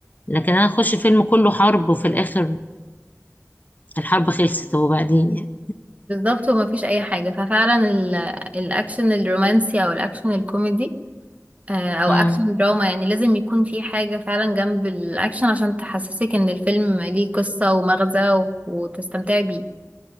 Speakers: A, on the left (about 30°); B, on the right (about 25°).
A: لكن انا اخش فيلم كله حرب وفي الاخر الحرب خلصت وبعدين يعني
B: بالظبط وما فيش اي حاجه ففعلا ال- الاكشن الرومانسي او الاكشن الكوميدي آه، او
A: اه
B: اكشن دراما يعني لازم يكون في حاجه فعلا جنب الاكشن عشان تحسسك ان الفيلم ليه قصه ومغزى و- وتستمتعي بيه